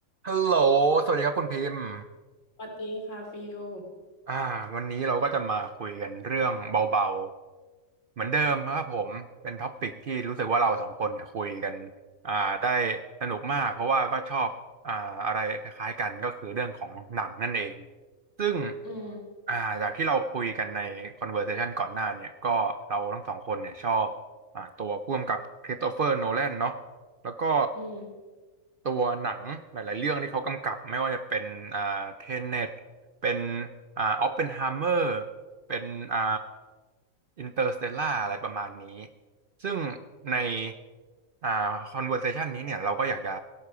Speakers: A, on the right (about 55°); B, on the left (about 65°).
A: ฮัลโหลสวัสดีครับคุณพิมพ์
B: สวัสดีค่ะฟิล
A: อ่าวันนี้เราก็จะมาคุยกันเรื่องเบาๆเหมือนเดิมครับผม เป็นท็อปิกที่รู้สึกว่าเราสองคนเนี่ยคุยกันอ่าได้สนุกมาก เพราะว่าก็ชอบอ่าอะไรคล้ายๆกันก็คือเรื่องของหนังนั่นเอง ซึ่ง
B: อืม
A: อ่าจากที่เราคุยกันใน conversation ก่อนหน้าเนี่ย ก็เราทั้งสองคนเนี่ยชอบอ่าตัวผู้กำกับคริสโตเฟอร์โนแลนเนาะแล้วก็
B: อืม
A: ตัวหนังหลายๆเรื่องที่เขากำกับไม่ว่าจะเป็นอ่าเทเน็ตเป็นอ่าออปเพนไฮเมอร์เป็นอ่าอินเตอร์สเตลล่าอะไรประมาณนี้ซึ่งในอ่าคอนเวอร์เซชันนี้เนี่ยเราก็อยากจะ